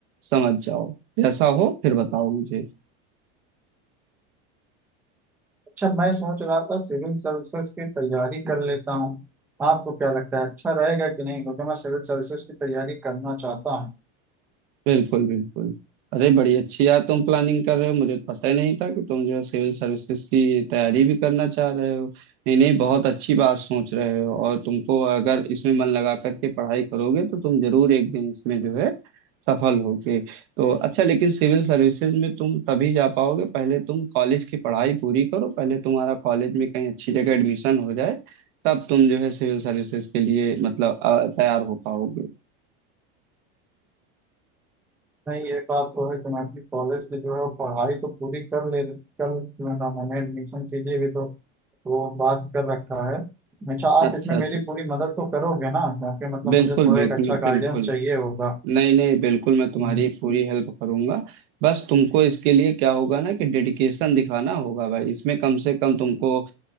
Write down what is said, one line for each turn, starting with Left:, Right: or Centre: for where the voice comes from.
Right: समझ जाओ जैसा हो फिर बताओ मुझे
Centre: अच्छा मैं सोच रहा था सिविल सर्विसेज की तैयारी कर लेता हूँ आपको क्या लगता है अच्छा रहेगा कि नहीं क्योंकि मैं सिविल सर्विसेज की तैयारी करना चाहता हूँ
Right: बिल्कुल बिल्कुल अरे बड़ी अच्छी यार तुम प्लानिंग कर रहे हो मुझे तो पता ही नहीं था कि तुम जो है सिविल सर्विसेज की तैयारी भी करना चाह रहे हो नहीं नहीं बहुत अच्छी बात सोच रहे हो और तुमको अगर इसमें मन लगा करके पढ़ाई करोगे तो तुम जरूर एक दिन इसमें जो है सफल होगे तो अच्छा लेकिन सिविल सर्विसेज में तुम तभी जा पाओगे पहले तुम कॉलेज की पढ़ाई पूरी करो पहले तुम्हारा कॉलेज में कहीं अच्छी जगह एडमिशन हो जाए तब तुम जो है सिविल सर्विसेज के लिए मतलब अ, तैयार हो पाओगे
Centre: नहीं ये बात तो है तुम अपनी कॉलेज की जो है वो पढ़ाई तो पूरी कर ले कर क्यों ना मैंने एडमिशन के लिए भी तो वो बात कर रखा है अच्छा आप
Right: अच्छा
Centre: इसमें
Right: अच्छा
Centre: मेरी पूरी मदद तो करोगे ना क्योंकि मतलब
Right: बिल्कुल
Centre: मुझे थोड़ा
Right: बिल्कुल
Centre: एक अच्छा
Right: बिल्कुल
Centre: गाइडेंस चाहिए होगा
Right: नहीं नहीं बिल्कुल मैं तुम्हारी
Centre: हम्म।
Right: पूरी हेल्प करूंगा बस तुमको इसके लिए क्या होगा ना कि डेडिकेशन दिखाना होगा भाई इसमें कम से कम तुमको अ,